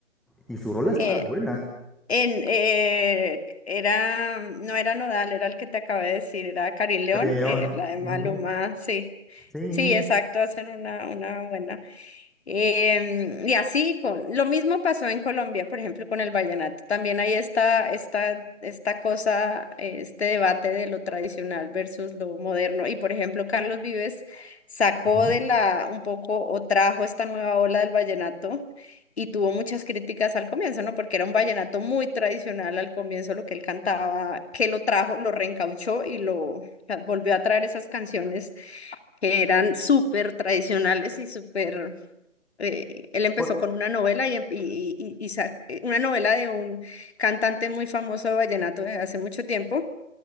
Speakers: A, in the centre; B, on the left.
A: Y su rola está
B: Eh,
A: buena.
B: En, eh, era, no era Nodal, era el que te acabé de decir, era Karin León,
A: Karin León.
B: eh, la de Maluma,
A: Ujú,
B: sí.
A: Sí.
B: Sí, exacto, hacen una, una buena. Em, y así, con, lo mismo pasó en Colombia, por ejemplo, con el vallenato. También hay esta, esta, esta cosa, eh, este debate de lo tradicional versus lo moderno. Y por ejemplo, Carlos Vives sacó
A: Ujú.
B: de la, un poco, o trajo esta nueva ola del vallenato y tuvo muchas críticas al comienzo, ¿no? Porque era un vallenato muy tradicional al comienzo, lo que él cantaba, que lo trajo, lo reencauchó y lo volvió a traer esas canciones que eran súper tradicionales y súper... eh, él empezó
A: Pol-
B: con una novela y, em- y- y- y sa- eh, una novela de un cantante muy famoso de vallenato de hace mucho tiempo.